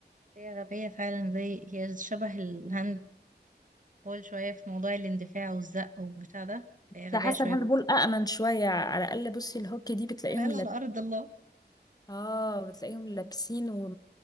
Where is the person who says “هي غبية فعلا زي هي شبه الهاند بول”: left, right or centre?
Right